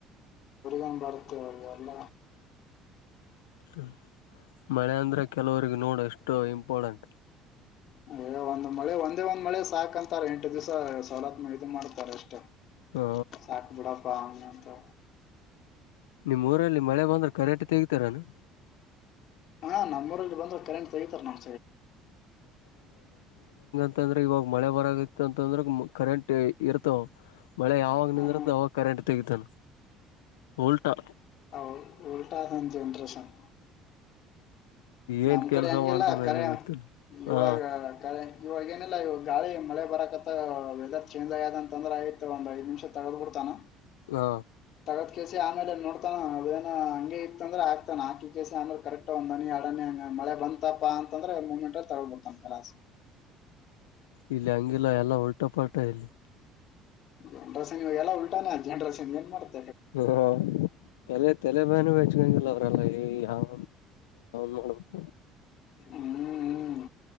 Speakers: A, on the left; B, on the left.
A: ಏನ್ ಬರುತೋ ಅ ಎಲ್ಲ
B: ಹ್ಮ ಮಳೆ ಅಂದ್ರೆ ಕೆಲವರಿಗ್ ನೋಡು ಎಷ್ಟು ಇಂಪಾರ್ಟೆಂಟ್.
A: ಹೇ ಒಂದ್ ಮಳೆ ಒಂದೇ ಒಂದ್ ಮಳೆ ಸಾಕಂತಾರೆ ಎಂಟು ದಿವ್ಸ ಸಡತ್ ಇದು ಮಾಡ್ತಾರ ಅಷ್ಟೇ.
B: ಹಾ
A: ಸಾಕ್ ಬಿಡಪಾ ಅವಂದಂತೂ.
B: ನಿಮ್ಮ್ ಊರಲ್ಲಿ ಮಳೆ ಬಂದ್ರ ಕರೆಂಟ್ ತಗಿತಾರೇನು.
A: ಹಾ ನಮ್ಮೂರಲ್ಲಿ ಬಂದ್ರ ಕರೆಂಟ್ ತಗಿತಾರ್ ನಮ್
B: ಇತಂದ್ರೆ ಇವಾಗ ಮಳೆ ಬರಂಗಿತ್ತು ಅಂತಂದ್ರು ಕರೆಂಟ್ ಇರ್ತವ್. ಮಳೆ ಯಾವಾಗ ನಿಂದೃಥ್
A: ಹ್ಮ್
B: ಅವಾಗ ಕರೆಂಟ್ ತಗಿತಾನ್ ಉಲ್ಟಾ.
A: ಹೌ ಉಲ್ಟಾ ನಮ್ ಜನರೇಶನ್. ನಮ್
B: ಏನ್
A: ಕಡೆ
B: ಕೆಲ್ಸ
A: ಹೆಂಗಿಲ್ಲ
B: ಮಾಡ್ತಾನ
A: ಕರೆ
B: ಅದೇ ಗೊತ್ತಿಲ್ಲ
A: ಇವಾಗ
B: ಹಾ
A: ಕರೆ ಇವಾಗೇಏನಿಲ್ಲ ಇವಾಗ್ ಗಾಳಿ ಮಳೆ ಬರಕತ್ತ ವೆದರ್ ಚೇಂಜ್ ಆಯ್ಯದ ಅಂದ್ರೆ ಆಯ್ತ್ ಒಂದ್ ಐದ್ ನಿಮಿಷ ತಗುದ್ ಬಿಡ್ತಾನ.
B: ಹಾ.
A: ಇ ಕೆಸಿ ಆಮೇಲೆ ನೋಡ್ತಾನ ಅದೇನ ಹಂಗೆ ಇತ್ತಂದ್ರೆ ಆಗ್ತಾನೆ ಆಕ ಕ ಕೆಸಿ ಆಮೇಲೆ ಕರೆಕ್ಟ್ ಒಂದ್ ಹನಿ ಹಂಗ ಮಳೆ ಬಂತಪಾ ಅಂತಂದ್ರೆ ಮೂಮೆಂಟ್ ತೊಗ್ಬಿಡ್ತನ್ ಕಲಾಸ್.
B: ಇಲ್ಲಿ ಹಂಗಿಲ್ಲ ಎಲ್ಲಾ ಉಲ್ಟಾ ಪಾಲ್ಟ ಇಲ್ಲಿ.
A: ಜಂಡರ ಸನಿ ಎಲ್ಲ ಉಲ್ಟಾನೆ ಅಜ್ ಜನರ ಸನಿ ಏನ್ ಮಾಡ್ತಾ
B: ಹಾ. ತಲೆ ತಲೆ ಬಾನ ಬೆಚ್ಕಂಗಿಲ್ಲ ಅವ್ರಲ್ಲಾ ಯಾವ ನೋಡ್ಬೇಕು.
A: ಹ್ಮ್ ಹ್ಮ್.